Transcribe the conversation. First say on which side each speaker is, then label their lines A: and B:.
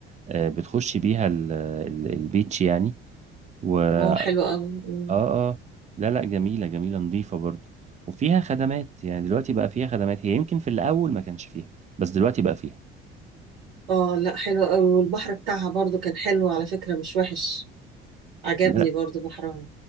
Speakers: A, on the right; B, on the right.
A: آه، بتخشي بيها ال- ال- البيتش يعني و-
B: اه حلو قوي مم.
A: اه اه لا لا جميلة جميلة نظيفة برضو وفيها خدمات يعني دلوقتي بقى فيها خدمات هي يمكن في الأول ما كانش فيها بس دلوقتي بقى فيها
B: اه لا حلو قوي والبحر بتاعها برضو كان حلو على فكره مش وحش عجبني
A: لا
B: برضو بحرها